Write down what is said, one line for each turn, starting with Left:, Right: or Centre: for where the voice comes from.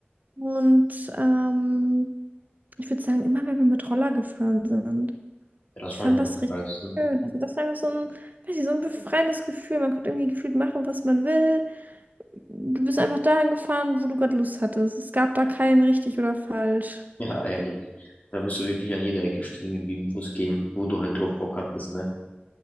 Right: Und ähm, ich würde sagen, immer wenn wir mit Roller gefahren sind.
Left: das
Right: Ich
Left: fand
Right: fand
Left: ich
Right: das
Left: auch am
Right: richtig
Left: geilsten.
Right: schön. Also das war einfach so ein, weiß ich, so ein befreiendes Gefühl. Man konnte irgendwie gefühlt machen, was man will. Du bist einfach dahin gefahren, wo du gerade Lust hattest. Es gab da kein richtig oder falsch.
Left: Ja, ehrlich. Da bist du wirklich an jeder Ecke stehen geblieben, wo es ging, wo du halt drauf Bock hattest, ne?